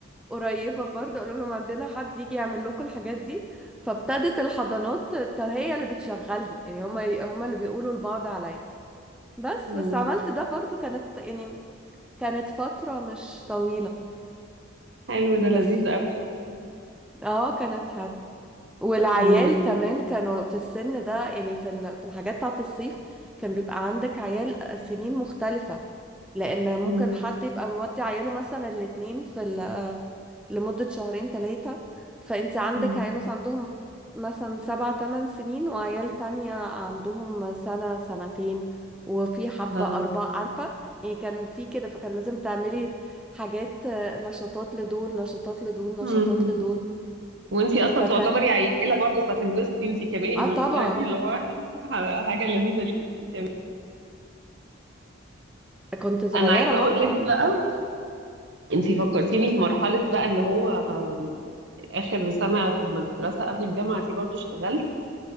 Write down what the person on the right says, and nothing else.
مم.
حلو ده
لذيذ قوي اصلا
مم.
مم.
مم.
اه
مم.
وانتي اصلا
تعتبري عيله برضو فتنبسطي انتي كمان
يعني اللي هو <laughs> حاجه لذيذه ليكي انتي كمان
انا عايزه
اقول لك
بقى انتي فكرتيني في مرحلة بقى اللي هو آم، آخر سنة في المدرسة قبل الجامعة دي برضو اشتغلت